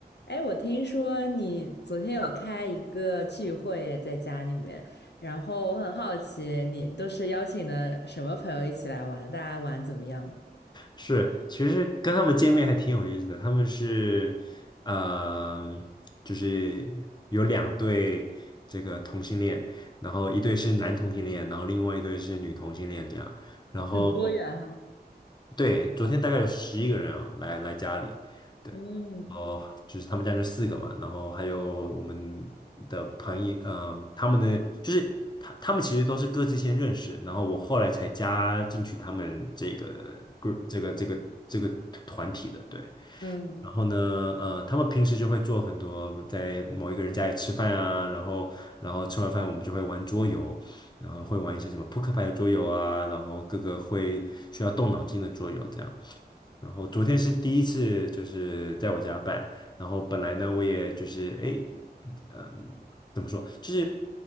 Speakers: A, on the left; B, on the left.
A: 哎，我听说你昨天有开一个聚会耶在家里面，然后我很好奇，你都是邀请的什么朋友一起来玩？大家玩怎么样呢？
B: 是，其实跟他们见面还挺有意思的。他们是，嗯、就是有两对这个同性恋，然后一对是男同性恋，然后另外一对是女同性恋这样。然后
A: 很多元哈。
B: 对，昨天大概有十一个人啊，来来家里，对，
A: 嗯
B: 然后就是他们家就四个嘛，然后还有我们的朋友，呃，他们的就是他他们其实都是各自先认识，然后我后来才加进去他们这个 group 这个这个这个团体的，对，
A: 嗯，
B: 然后呢，呃，他们平时就会做很多，在某一个人家里吃饭啊，然后，然后吃完饭我们就会玩桌游，然后会玩一些什么扑克牌的桌游啊，然后各个会需要动脑筋的桌游这样。然后昨天是第一次，就是在我家办。然后本来呢，我也就是哎，诶嗯，怎么说？就是